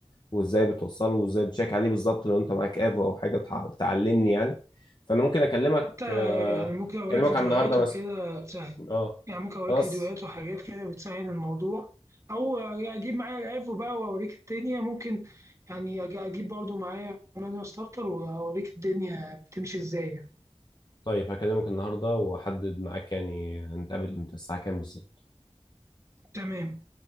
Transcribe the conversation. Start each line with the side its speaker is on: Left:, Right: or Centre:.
Left: وإزاي بتوصله وإزاي بتشيك عليه بالظبط لو أنت معاك ايفو أو حاجة تع- تعلمني يعني فأنا ممكن أكلمك
Right: حتى
Left: آه،
Right: يعني ممكن اوريك
Left: أكلمك
Right: فيديوهات
Left: على النهاردة مثلا
Right: وكده تسهل
Left: أه
Right: يعني ممكن اوريك
Left: خلاص
Right: فيديوهات وحاجات كده بتسهل الموضوع او يعني اجيب معايا العفو بقى واوريك الدنيا ممكن يعني أج- اجيب برضو معايا مانوال ستارتر واوريك الدنيا بتمشي ازاي يعني.
Left: طيب هكلمك النهاردة وأحدد معاك يعني هنتقابل إمتى الساعة كام بالظبط
Right: تمام